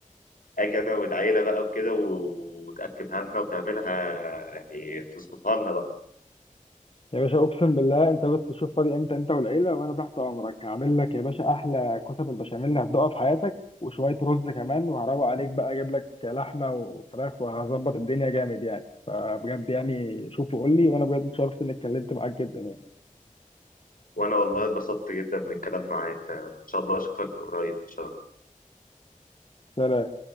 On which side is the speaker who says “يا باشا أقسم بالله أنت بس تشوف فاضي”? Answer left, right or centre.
Left